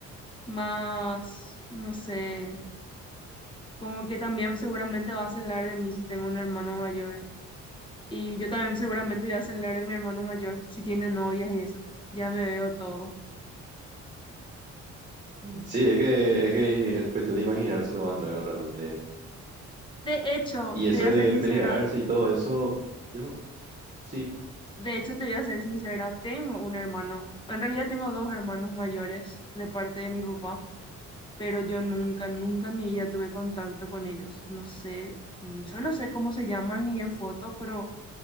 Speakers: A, on the left (about 15°); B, on the right (about 25°).
A: más, no sé, como que también seguramente va a celar de mí si tengo un hermano mayor, y yo también seguramente voy a celar de mi hermano mayor si tiene novias y eso, ya me veo todo.
B: Sí, es que, es que es cuestión de imaginarse nomás luego realmente.
A: De hecho,
B: Y eso
A: te voy
B: de
A: a ser sincera,
B: pelearse y todo eso, yo sí,
A: de hecho te voy a ser sincera, tengo un hermano, en realidad tengo dos hermanos mayores de parte de mi papá, pero yo nunca, nunca en mi vida tuve contacto con ellos. No sé, mm, solo sé cómo se llaman y en fotos, pero